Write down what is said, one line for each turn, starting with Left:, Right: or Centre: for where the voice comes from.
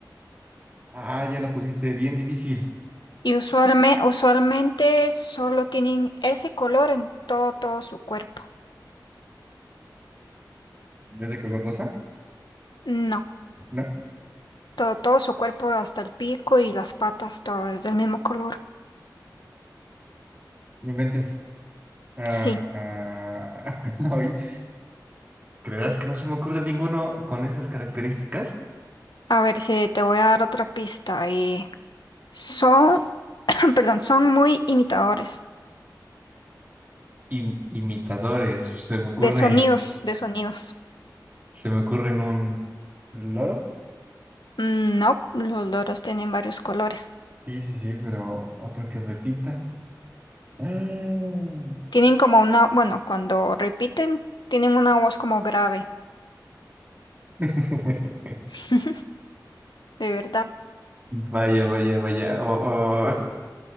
Right: Ah, ya la pusiste bien difícil.
Left: Y usualme- usualmente solo tienen ese color en todo, todo su cuerpo.
Right: ¿Es de color rosa?
Left: No,
Right: No,
Left: todo, todo su cuerpo, hasta el pico y las patas, todo es del mismo color.
Right: no inventes. Ah,
Left: Sí,
Right: ah, <laughs> hoy, ¿creerás que no se me ocurre ninguno con esas características?
Left: a ver si te voy a dar otra pista. eh, son, <clears throat> perdón, son muy imitadores
Right: Im- imitadores. Se me ocurre
Left: de sonidos, de sonidos.
Right: se me ocurre en un loro.
Left: Mm, No, los loros tienen varios colores.
Right: Sí, sí, sí, pero otro que repita. Mm.
Left: Tienen como una, bueno, cuando repiten, tienen una voz como grave,
Right: <laughs>
Left: <laughs> de verdad.
Right: Vaya, vaya, vaya. Oh, oh.